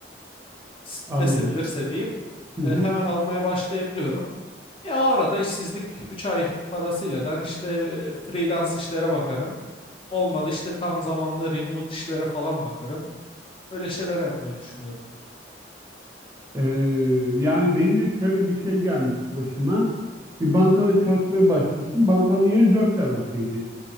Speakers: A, on the left; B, on the right.
A: s-
B: Anladım.
A: feshedilirse diyeyim
B: Hı
A: e,
B: hı.
A: hemen almaya başlayabiliyorum. Ya o arada işsizlik 3 ay parasıyla ben işte e, freelance işlere bakarım. Olmadı işte tam zamanlı remote işlere falan bakarım. Öyle şeyler yapmayı düşünüyorum.
B: Ee, yani benim de şöyle bir şey gelmişti başıma. Bir bankada çalışmaya başlamıştım. Bankanın yeri 4 Levent'teydi.